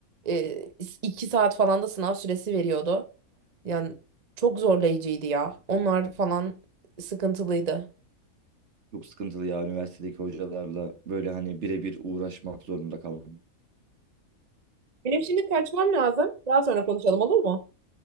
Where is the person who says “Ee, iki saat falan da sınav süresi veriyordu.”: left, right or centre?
Right